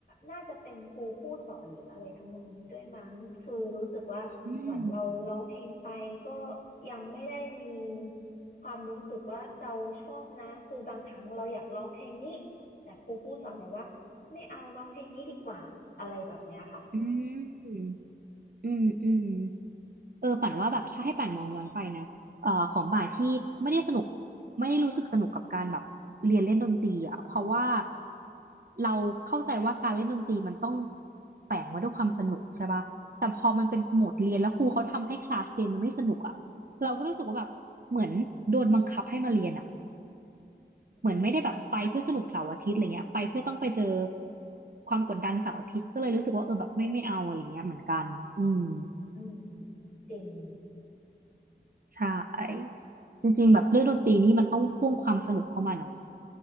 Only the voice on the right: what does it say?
อืม
อืมอืมอืมเออป่านว่าแบบถ้าให้ป่านมองย้อนไปนะเอ่อของป่านที่ไม่ได้สนุกไม่ได้รู้สึกสนุกกับการแบบเรียนเล่นดนตรีอ่ะเพราะว่าเราเข้าใจว่าการเล่นดนตรีมันต้องแฝงมาด้วยความสนุกใช่ป่ะแต่พอมันเป็นโหมดเรียนแล้วครูเขาทำให้คลาสเรียนมันไม่สนุกอ่ะเราก็รู้สึกว่าแบบเหมือนโดนบังคับให้มาเรียนอ่ะ เหมือนไม่ได้แบบไปเพื่อสนุกเสาร์อาทิตย์อะไรเงี้ยไปเพื่อต้องไปเจอ
ความกดดันเสาร์อาทิตย์ก็เลยรู้สึกว่าเออแบบไม่ไม่เอาอะไรเงี้ยเหมือนกันอืม
ใช่จริงๆแบบเรื่องดนตรีนี่มันต้องพ่วงความสนุกเข้ามาเนาะ